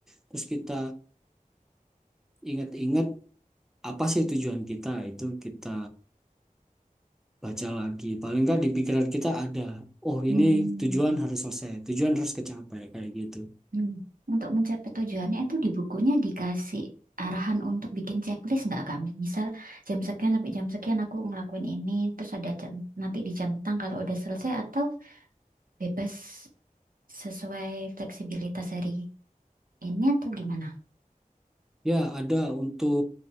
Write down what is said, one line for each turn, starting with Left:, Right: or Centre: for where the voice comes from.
Centre: Terus kita ingat-ingat apa sih tujuan kita itu kita baca lagi. Paling nggak di pikiran kita ada, oh
Right: Hmm.
Centre: ini tujuan harus selesai, tujuan harus kecapai kayak gitu.
Right: Hmm. Untuk mencapai tujuannya itu di bukunya dikasih arahan untuk bikin checklist nggak kami? Misal jam sekian sampai jam sekian aku ngelakuin ini, terus ada jam, nanti dijentang kalau udah selesai atau bebas sesuai fleksibilitas hari ini atau gimana?
Centre: Ya, ada untuk